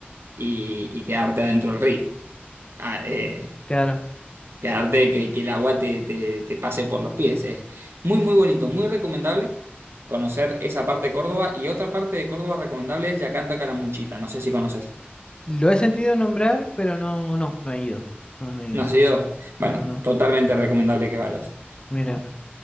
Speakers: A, on the right (about 75°); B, on the left (about 25°).
A: y, y quedarte adentro del río. Ah, eh,
B: Claro.
A: quedarte que, que el agua te, te- te pase por los pies. Es muy, muy bonito, muy recomendable conocer esa parte de Córdoba. Y otra parte de Córdoba recomendable es Yacanta Calamuchita. No sé si conoces.
B: Lo he sentido nombrar, pero no, no, no he ido. No, no he ido.
A: No sé yo. Bueno,
B: No, no.
A: totalmente recomendable que vayas.
B: Mira.